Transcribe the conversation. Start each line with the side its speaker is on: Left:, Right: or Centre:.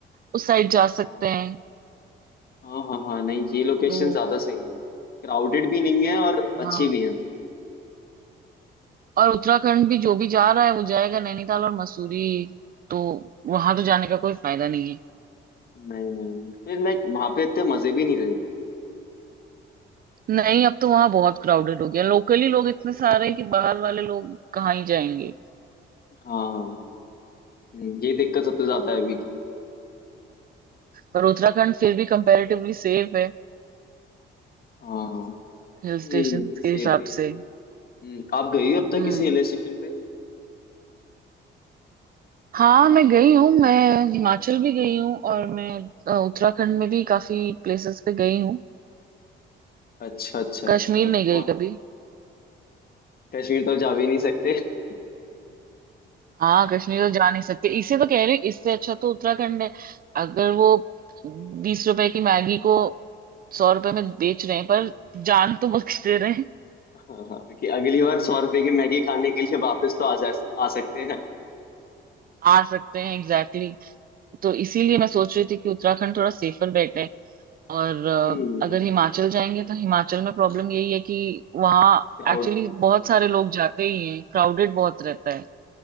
Right: उस साइड जा सकते
Left: हाँ
Right: हैं
Left: हाँ हाँ हाँ नहीं ये लोकेशन
Right: तो
Left: ज्यादा सही है क्राउडेड भी नहीं है और अच्छी
Right: हाँ
Left: भी है
Right: और उत्तराखंड भी जो भी जा रहा है वो जाएगा नैनीताल और मसूरी तो वहां तो जाने का कोई फायदा नहीं है
Left: नहीं नहीं फिर लाइक वहां पे इतने मजे भी नहीं रहे
Right: नहीं अब तो वहां बहुत क्राउडेड हो गया लोकली लोग इतने सारे हैं कि बाहर वाले लोग कहाँ ही जाएंगे
Left: हाँ हम्म, ये दिक्कत सबसे ज्यादा है अभी की
Right: पर उत्तराखंड फिर भी कंपैरेटिवली सेफ है
Left: हाँ हम्म
Right: हिल स्टेशन
Left: सेफ
Right: के हिसाब
Left: भी है
Right: से
Left: हम्म, आप गई हो अब तक
Right: हम्म
Left: किसी हिल स्टेशन पे
Right: हाँ मैं गई हूँ मैं हिमाचल भी गई हूँ और मैं अ, उत्तराखंड में भी काफी प्लेसेस पे गई हूँ
Left: अच्छा अच्छा अच्छा
Right: कश्मीर
Left: मतलब
Right: नहीं गई
Left: कौन
Right: कभी
Left: कश्मीर तो जा भी नहीं सकते <laughs>
Right: हाँ कश्मीर तो जा नहीं सकते इसे तो कह रही हूँ इससे अच्छा तो उत्तराखंड है अगर वो बीस रुपए की मैगी को सौ रुपए में बेच रहे हैं पर जान तो बख्श दे रहे हैं
Left: हाँ, कि अगली बार सौ रुपए की मैगी खाने के लिए वापस तो आ जा आ सकते हैं
Right: आ सकते हैं एग्जैक्टली exactly. तो इसीलिए मैं सोच रही थी कि उत्तराखंड थोड़ा सेफर बेट और
Left: हम्म
Right: अ, अगर हिमाचल जाएंगे तो हिमाचल में प्रॉब्लम यही है कि वहाँ
Left: क्राउड
Right: एक्चुअली बहुत सारे लोग जाते ही हैं क्राउडेड बहुत रहता है